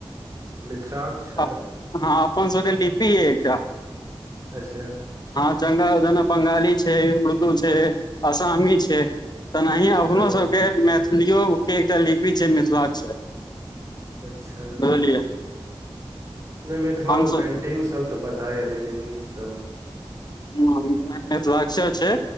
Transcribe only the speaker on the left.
हँ अपन सब के लिपि अय एकटा।
हँ चगा जना बंगाली छै, उर्दू छै, असामी छै। तेनाही
अपनो सबके मैथिलिओके एकटा लिपि छै, मिथिलाक्षर।
बुझलियै
हमसब
ह मिथिलाक्षर छै